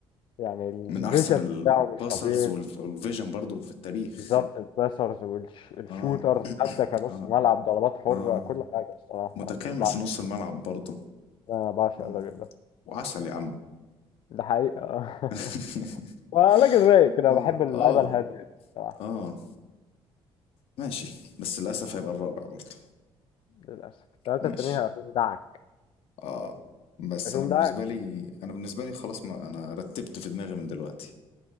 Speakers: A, on the left; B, on the left.
A: يعني الفيجن
B: من احسن الباسرز
A: بتاعه مش طبيعي
B: والفيجن برضو في التاريخ
A: بالظبط الباسرز والشوترز
B: اه <clears throat>
A: حتى كنص
B: اه
A: ملعب ضربات حرة
B: اه
A: كل حاجة الصراحة
B: متكامل
A: أنا بعشق
B: في نص الملعب برضو
A: أنا بعشق
B: اه
A: الراجل ده
B: وعسل يا عم
A: ده حقيقة <laughs>
B: <laughs>
A: آه. راجل رايق كده
B: اه
A: بحب اللعيبة
B: اه
A: الهادية دي الصراحة
B: اه ماشي بس للاسف هيبقى الرابع برضه
A: للأسف التلاتة
B: ماشي
A: التانيين هيبقى فيهم دعك
B: اه بس
A: هيبقى فيهم
B: انا بالنسبه
A: دعك
B: لي انا بالنسبه لي خلاص ما انا رتبت في دماغي من دلوقتي